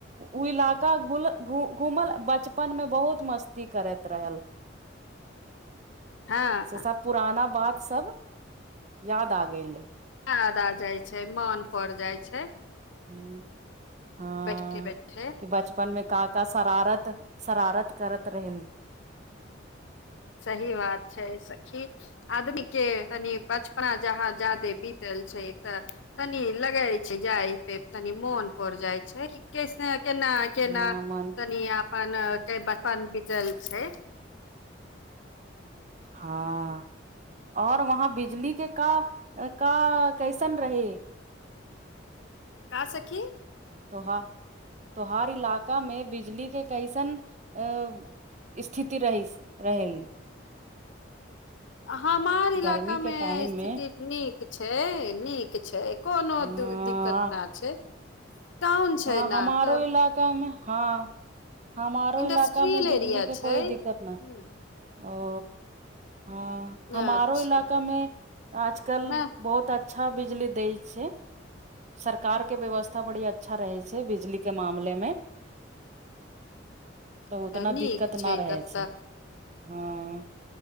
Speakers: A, on the right (about 35°); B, on the left (about 75°).
A: ओ इलाका घुल घुमल बचपन मे बहुत मस्ती करैत रहल
B: हँ
A: से सब पुराना बात सब याद आ गेलै
B: याद आ जाइ छै मन पैरइ जाइ छै
A: हूँ हँ
B: बैठे बैठे
A: कि बचपन मे का का शरारत शरारत करैत रहैन
B: सही बात छै सखी आदमी के तनि बचपना जहाँ जादे बीतल छै तऽ तनी लगै छै जाय पे तनी मोन पड़ जाइ छै केसन केना केना
A: हँ मन
B: तनी आपन <inaudible> क बस बचल छै <inaudible>
A: हँ आओर वहाँ बिजली के का का कैसन रहै
B: का सखी
A: तोहा तोहार इलाकामे बिजली के कैसन अ स्थिति रहहिस रहै
B: हमार इलाका
A: गर्मी
B: में
A: के टाइम
B: स्थिति
A: मे
B: नीक छै नीक छै कोनो
A: हँ
B: दिक्कत न छै टाउन छै
A: हँ हमारो
B: ने तऽ
A: इलाकामे हँ हमारो
B: इंडस्ट्रियल
A: इलाका मे बिजली
B: एरिया
A: के
B: छै
A: कोइ दिक्कत न
B: ह
A: ओ हँ हमारो
B: अच्छा
A: इलाका मे आजकल
B: न
A: बहुत अचछ अच्छा बिजली दै छै सरकार के व्यवस्था बड़ी अच्छा रहै छै बिजली के मामले में तऽ उतना
B: नीक
A: दिक्कत
B: छै
A: ना रहै
B: तब तऽ
A: छै हँ